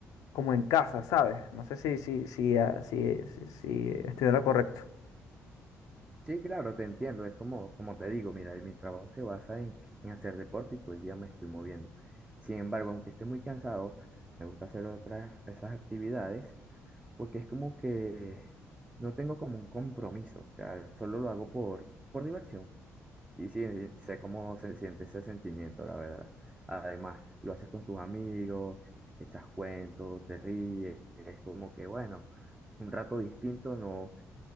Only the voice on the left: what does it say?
como en casa, ¿sabes? No sé si, si, si, ah, si, si, si estoy en lo correcto.